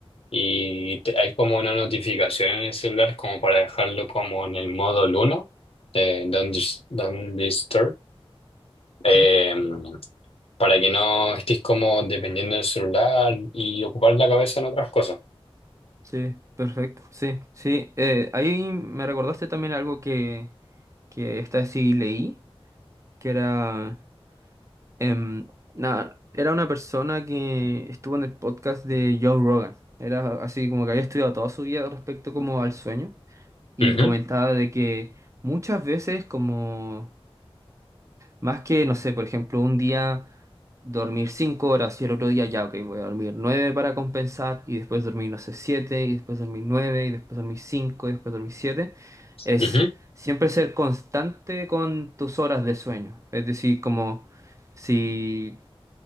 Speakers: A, on the left; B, on the right.
A: Y te- hay como una notificación en el celular como para dejarlo como en el modo luna de Don't, Dis- Don't Disturb, eh,
B: ¿Mm?
A: para que no estés como dependiendo del celular y ocupar la cabeza en otras cosas.
B: Sí, perfecto. Sí, sí. Eh, ahí me recordaste también algo que, que esta sí leí, que era, em, nada, era una persona que estuvo en el podcast de Joe Rogan. Era así como que había estudiado toda su vida respecto como al sueño y
A: Ujú,
B: comentaba de que muchas veces como más que, no sé, por ejemplo, un día dormir 5 horas y el otro día ya, ok, voy a dormir 9 para compensar y después dormir, no sé, siete y después dormir 9 y después dormir 5 y después dormir siete Es
A: ujú,
B: siempre ser constante con tus horas de sueño. Es decir, como si